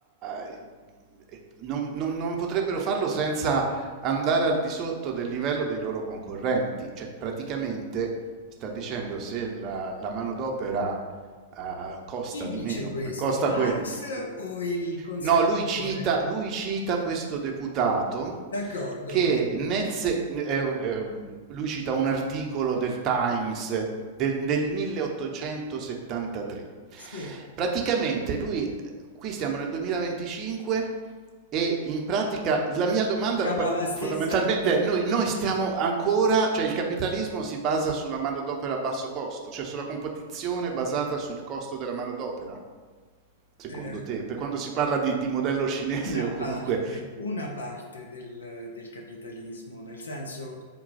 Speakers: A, on the right; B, on the left.
A: eh, non, non- non potrebbero farlo senza andare al di sotto del livello dei loro concorrenti. Cioè, praticamente sta dicendo se la, la manodopera eh, costa
B: Chi
A: di
B: dice
A: meno,
B: questo?
A: come costa
B: Marx
A: quel-
B: o il conservatore?
A: No, lui cita, lui cita questo deputato
B: D'accordo?
A: che nel se- eh, eh, lui cita un articolo del Times del, del 1873.
B: Sì,
A: Praticamente lui, qui stiamo nel 2025, e in pratica la mia domanda
B: siamo alla stessa.
A: fondamentalmente è, noi, noi stiamo ancora, cioè il capitalismo si basa sulla manodopera a basso costo, cioè sulla competizione basata sul costo della manodopera, secondo
B: eh,
A: te? Per quando si parla di, di modello cinese
B: Una
A: o
B: parte,
A: comunque...
B: una parte del, del capitalismo, nel senso,